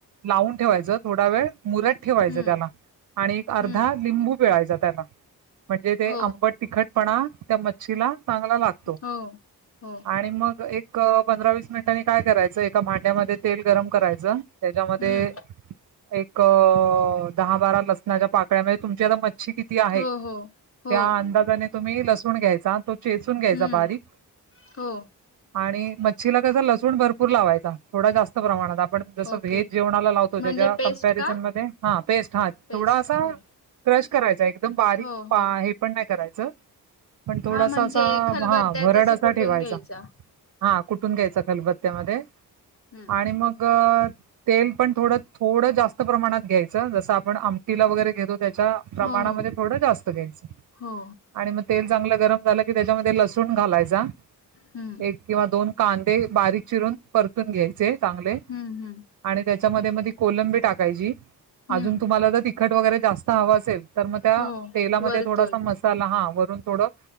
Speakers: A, on the right; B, on the left.
A: लावून ठेवायचं, थोडा वेळ मुरत ठेवायचं
B: हम्म,
A: त्याला आणि एक अर्धा
B: हम्म,
A: लिंबू पिळायचा त्याला, म्हणजे ते
B: हो,
A: आंबट तिखटपणा त्या मच्छीला चांगला लागतो
B: हो, हो,
A: आणि मग एक एक पंधरा वीस मिनिटांनी काय करायचं, एका भांड्यामध्ये तेल गरम करायचं त्याच्यामध्ये
B: हम्म,
A: एक... दहा बारा लसणाच्या पाकळ्या, म्हणजे तुमची आता मछ च्छी किती आहे
B: हो, हो, हो,
A: त्या अंदाजाने तुम्ही लसूण घ्यायचा, तो चेचून घ्यायचा
B: हम्म,
A: बारीक
B: हो,
A: आणि मच्छीला कसं, लसूण भरपूर लावायचा थोडा जास्त प्रमाणात... आपण जसं
B: ओके.
A: व्हेज जेवणाला लावतो,
B: म्हणजे
A: त्याच्या
B: पेस्ट
A: कम्पॅरिझनमध्ये...
B: का?
A: हा... पेस्ट हा
B: पेस्ट
A: थोडा असा
B: हो
A: क्रश करायचा, एकदम बारीक...
B: हो, हो.
A: हे पण नाही करायचं पण थोडासा
B: हा म्हणजे
A: असा
B: खलबत्त्यात
A: हा... भरड
B: असं
A: असा
B: कुटून
A: ठेवायचा...
B: घ्यायचा.
A: हा कुटून घ्यायचा खलबत्त्यामध्ये
B: हम्म,
A: आणि मग... तेल पण थोडं... थोडं जास्त प्रमाणात घ्यायचं जसं आपण आपण आमटीला
B: हो,
A: वगरे घेतो त्याच्या प्रमाणामध्ये
B: हो, हो,
A: थोडं जास्त घ्यायचं
B: हो,
A: आणि मग तेल चांगलं गरम झालं की त्याच्यामध्ये लसूण घालायचा
B: हम्म,
A: एक किंवा दोन कांदे बारीक चिरून, परतून घ्यायचे चांगले
B: हम्म, हम्म,
A: आणि त्याच्यामध्ये मध्ये कोलंबी टाकायची,
B: हम्म,
A: अजून तुम्हाला तर तिखट वगैरे जास्त हवं असेल तर मग त्या,
B: हो,
A: तेलामध्ये
B: वरतून
A: थोडासा मसाला... हा वरून थोडं